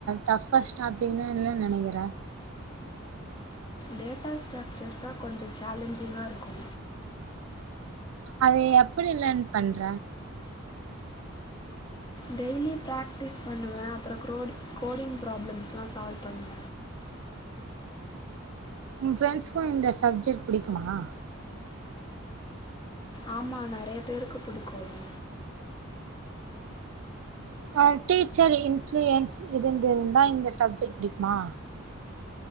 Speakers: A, on the right; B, on the left.
A: டஃப்பஸ்ட் டாபிக்னா என்ன நெனைக்கிற
B: டேட்டா ஸ்ட்ரக்சர்ஸ் தா கொஞ்ச சேலஞ்சிங்கா இருக்கு
A: அது எப்படி லேர்ன் பண்ற
B: டெய்லி பிராக்டிஸ் பண்ணுவ அப்பற க்ரோடு கோடிங் ப்ராப்ளம்ஸ்லா சால்வ் பண்ணுவ
A: உ ஃப்ரெண்ட்ஸ்க்கு இந்த சப்ஜெட் புடிக்குமா
B: ஆமா நெறயா பேருக்கு புடிக்கு அது
A: ஆ டீச்சர் இன்ஃபுளுயன்ஸ் இருந்திருந்தா இந்த சப்ஜெட் புடிக்குமா